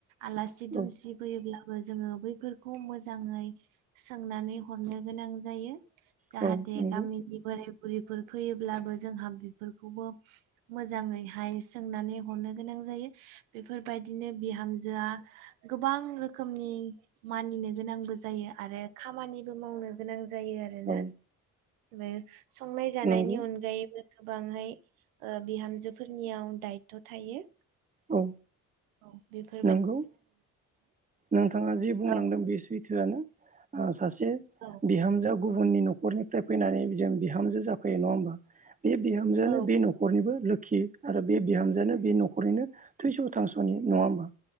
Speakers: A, on the right (about 90°); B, on the right (about 20°).
A: आलासि दुमसि
B: औ
A: फैयोब्लाबो जोङो बैफोरखौ मोजाङै सोंनानै हरनो गोनां जायो जाहाथे
B: औ नंगौ
A: गामि बोराय बुरिफोर फैयोब्लाबो जोंहा बिफोरखौबो मोजाङैहाय सोंनानै हरनो गोनां जायो बेफोरबायदिनो बिहामजोआ गोबां रोखोमनि मानिनो गोनांबो जायो आरो खामानिबो मावनो गोनां जायो आरो आरोना
B: औ
A: बो संनाय जानायनि
B: नंगौ
A: अनगायैबो गोबांयै ओ बिहामजोफोरनियाव दायद्थ' थायो
B: औ
A: औ बेफोर
B: नोंगौ नोंथाङा जि बुंलांदों
A: औ
B: बे सैथोआनो ओ सासे
A: औ
B: बिहामजोआ गुबुननि न'खरनिफ्राय फैनानै जों बिहामजो जाफैयो नङा होमबा बे बिहामजोआनो
A: औ
B: बे न'खरनिबो लोखि आरो बे बिहामजोआानो बे न'खरनिनो थैस' थांस'नि नङा होमबा